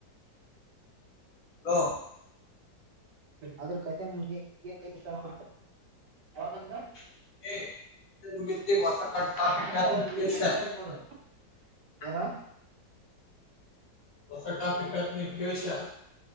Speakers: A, on the left; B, on the right.
A: ಹಲೋ
B: ಅದ್ರ್ ಕತೆ ಮುಗಿತ್ <unintelligible> ಅವತಂದೆ
A: <unintelligible>
B: ಸಾಯಂಕಾಲ ಬೆಳಿಗ್ಗೆ ಎಂಟು ಗಂಟೆಗೆ ಬಂದವು ಏನೋ
A: ಹೊಸ ಟಾಫಿಕತ್ನ ಕೇಳ್ಸತಿಯಾ?